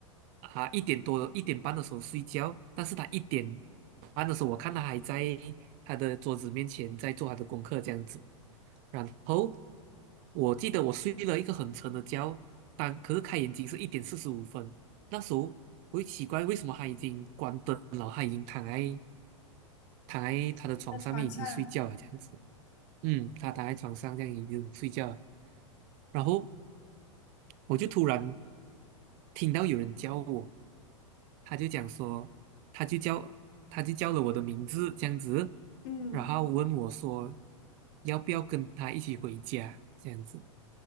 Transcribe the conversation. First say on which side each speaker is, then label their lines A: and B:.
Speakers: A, on the right; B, on the left.
A: 啊一点多一点半的时候睡觉，但是他一点半的时候，我看他还在他的桌子面前在做他的功课这样子。然后我记得我睡了一个很沉的觉，但可是开眼睛是一点四十五分，那时候我会奇怪，为什么他已经关灯了，他已经躺在躺在他的床上面已经睡觉了，
B: 在床上，
A: 这样子。嗯，他躺在床上这样已经睡觉了。然后我就突然听到有人叫我，他就讲说，他就叫他就叫了我的名字这样子，
B: 嗯。
A: 然后问我说要不要跟他一起回家这样子。